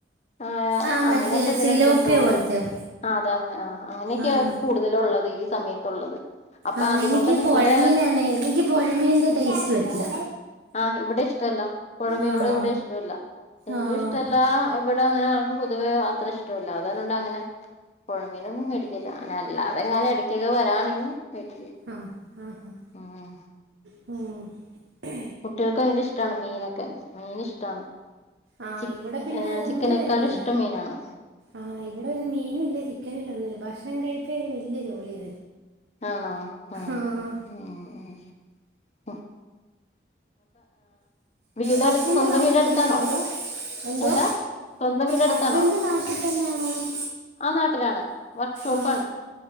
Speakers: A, on the left; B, on the right.
A: ആ
B: ആഹ് മറ്റേ
A: അങ്ങനെയൊക്കെ എന്തെലൊക്കെ
B: സിലോപ്പിയ
A: കിട്ടുള്ളൂ
B: പോലത്തെയോ
A: ആ അത എ ആ അങ്ങനെയൊക്കെയ
B: ആഹ്
A: കൂടുതലും ഉള്ളത് ഈ സമയത്തുള്ളത് അപ്പൊ
B: ആഹ്
A: അതിനോടൊന്നും
B: എനിക്ക് പുഴമീനാണ്
A: ഇവിടെ
B: എനിക്ക് പുഴമീനിന്റെ ടേസ്റ്റ് പറ്റില്ല
A: ആ ഇവിടെ ഇഷ്ടല്ല പൊയമീനോട്
B: ആഹ്
A: ഇവിടെ ഇഷ്ടല്ല എനിക്കും
B: ആഹ്
A: ഇഷ്ടല്ലാ ഇവിടെ അങ്ങനെ ആക്കും പൊതുവേ ആ ത്ര ഇഷ്ടല്ല അർഞ്ഞോണ്ട് അങ്ങനെ പൊയമീനൊന്നും മേടിക്കല്ല ഞ അല്ലാതെങ്ങനെട് മറ്റേദിൻ വെലയാണെങ്കി വരിയെ
B: ആഹ് ആഹ്
A: ആഹ്
B: <unintelligible>
A: കുട്ടികൾക്ക് ഭയങ്കര ഇഷ്ടമാണ് മീനൊക്കെ മീന് ഇഷ്ടാണ്
B: ആഹ്
A: ചി
B: ഇവിടെ പിന്നെ അതൊന്നും
A: ചിക്കനേക്കാളും
B: കഴിക്കില്ല
A: ഇഷ്ടം മീനാണ്
B: ആ ഇവിടെ ന്നെ മീനും ഇല്ലതി ക്കനുംല ഒന്നുല്ല ഭക്ഷണം കഴിപ്പേര് വല്യ ജോലിയാ
A: ആണോ ആ
B: ആഹ്
A: ഉം ഉം ഹ വീടടുത്ത്
B: ഹസ്ബൻഡ്
A: സ്വന്തം
B: നാട്ടി
A: വീടടുത്താണോ
B: തന്നെയണോ അതോ എന്തോ
A: എന്താ സ്വന്തം വീടടുത്താണോ
B: ഹസ്ബൻഡ് നാട്ടി തന്നെയാണോന്ന്
A: ആ നാട്ടിലാണ് വർക്ക്ഷോപ്പാണ്
B: ആ